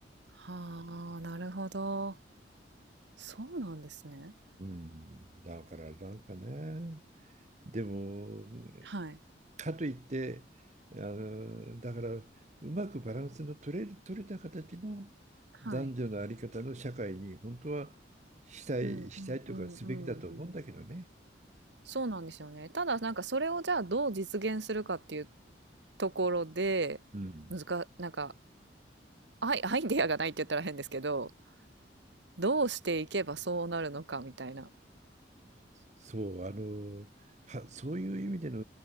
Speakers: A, on the right; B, on the right.
A: はあ、なるほど。そうなんですね。
B: うん、だからなんかね、でも、
A: はい。
B: かといって、あの、だから、うまくバランスの取れ、取れた形の
A: はい。
B: 男女のあり方の社会に本当はしたい、
A: うんうんうんうんうん。
B: したいとかすべきだと思うんだけどね。
A: そうなんですよね。ただなんかそれをじゃあどう実現するかっていうところで、
B: うん。
A: 難かなんか、アイアイデアがないって言ったら変ですけど、どうしていけばそうなるのかみたいな。
B: そう、あの、は、そういう意味での、